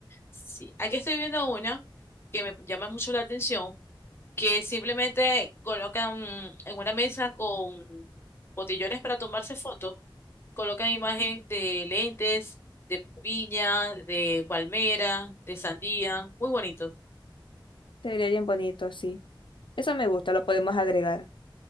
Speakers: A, on the left (about 30°); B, on the left (about 65°).
A: Sí, aquí estoy viendo una que me llama mucho la atención, que simplemente colocan en una mesa con botellones para tomarse fotos, colocan imagen de lentes, de piña, de palmera, de sandía, muy bonito.
B: <laughs> Sería bien bonito, sí. Eso me gusta, lo podemos agregar.